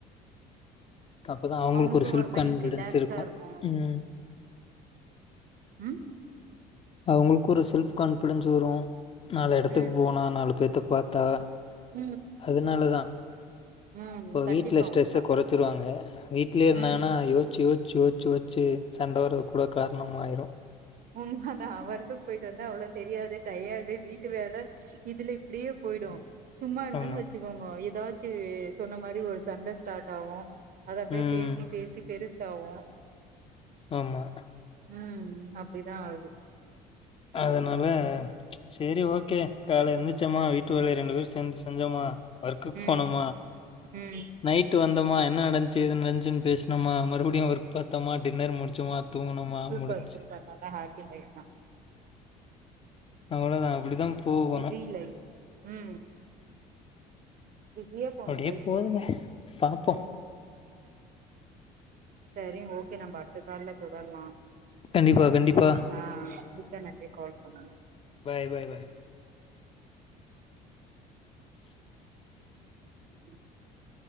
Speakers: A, on the left; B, on the right.
A: அப்பதான் அவங்களுக்கு
B: அவ்ங்களுக்கு
A: செல்ஃப்
B: ஒரு மைண்ட்
A: கான்ஃபிடன்ஸ்
B: ரிலாக்ஸா
A: இருக்கும்.
B: இருக்கு
A: ம்.
B: ம்
A: அவ்ங்களுக்கு ஒரு செல்ஃப் கான்பிடன்ஸ் வரு நாலு எடத்துக்கு
B: ம்
A: போனா நாலு பேத்த பாத் தா
B: ம்
A: அதுனாலதா
B: ம்
A: இப்ப வீடல
B: கண்டிப்பா
A: ஸ்டெஸ்ஸ
B: உண்ம அதெல்லா
A: கொறச்ருவாங்க வீடலயே இருந்தாங்கனா
B: ம்
A: யோ யோச்சு யோச்சு யோச்சு யோச்சு சண்ட வரது கூட காரணமாயிரு
B: உண்மதா ஒர்குக் போயிட்டு வந்தா அவ்ளோ தெரியாது டயர்ட்டு வீட்டு வேல இதுல இப்டியே போயிடு சும்மா இருந்தோனு
A: ஆமா.
B: வெச்சுக்கோங்கோ ஏதாச்சு சொன்ன மாரி ஒரு சண்ட ஸ்டாட் ஆவு அது அப்டியே
A: ம்.
B: பேசி பேசி பெருசாவு
A: ஆமா
B: ம் அப்டிதா ஆகுது
A: அதனால செரி ஓகே கால்ல எந்துச்சேம்மா வீட்டு வேலய ரெண்டு பேரு சேந்து செஞ்சோமா ஒர்க்குக்
B: ம்
A: போனோமா
B: ம்
A: நைட் ட்டு வந்தோம்மா என்ன நடந்துச்சு எது நடந்துச்சன்னு பேசுனோமா மறுபடியு ஒர்க் பாத்தோமா டின்னர் முடிச்சோமா தூங்குனோமா
B: சூப்பர்
A: முடிஞ்ச்சு
B: சூப்பர் நல்லா ஹாப்பி லைஃப் தா
A: அவ்ளோதா அப்டிதா போகணு
B: பிஸி லைஃப் ம் பிஸியோ இப்ப உங்க
A: அப்டியே
B: வைஃப்
A: போதுங்க
B: எப்டி
A: பாப்போ
B: ம் செரி ஓகே நம்ப அடுத்த கால்ல தொடர்லா
A: கண்டிப்பா கண்டிப்பா
B: ஆ மிக்க நன்றி கால் பண்ணது
A: பாய் பாய் பாய் <unintelligible>
B: <unintelligible>